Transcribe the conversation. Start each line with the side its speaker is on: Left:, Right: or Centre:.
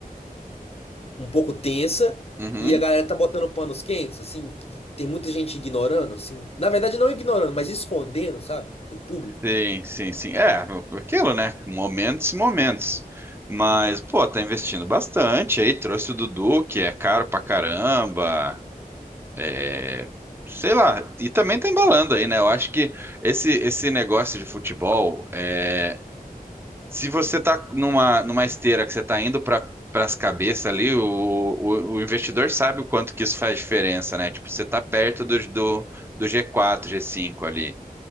Left: um pouco tensa
Right: Uhum.
Left: e a galera tá botando panos quentes, assim, que tem muita gente ignorando, assim. Na verdade, não ignorando, mas escondendo, sabe? Do público.
Right: Sim, sim, sim. É, aquilo, né? Momentos e momentos. Mas, pô, tá investindo bastante aí. Trouxe o Dudu, que é caro pra caramba. É, sei lá. E também tá embalando aí, né? Eu acho que esse, esse negócio de futebol, é, se você tá numa, numa esteira que você tá indo pra, pras cabeças ali, o, o, o investidor sabe o quanto que isso faz diferença, né? Tipo, você tá perto do, do, do g quatro g cinco ali.